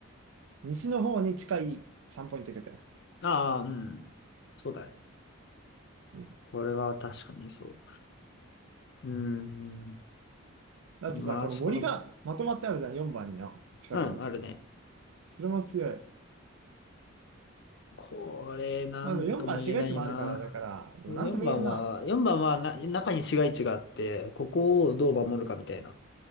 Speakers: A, on the right; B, on the left.
A: 西の方に近い3ポイントいけて。
B: ああ、うん。そうだね。
A: うん。
B: これは確かにそう。うーん。
A: あとさ、
B: まあ、
A: この森がまとまってあるじゃん、
B: そこの、
A: 4番の近くに。
B: うん、あるね。
A: それも強い。
B: これ、なんとも言えないな。
A: まあ、でも4番市街地もあるから、だから、でもなんとも言えんな。
B: 4番は、4番はな、中に市街地があって、ここをどう守るかみたいな、